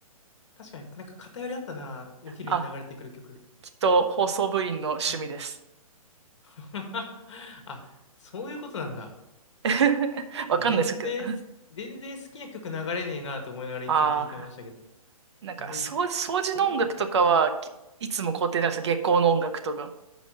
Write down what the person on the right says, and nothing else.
あ、きっと放送部員の趣味です。
<laughs> わかんないですけど。
ああ、なんか掃除、
掃除の音楽とかはきいつも校庭なんですよ。
下校の音楽とか。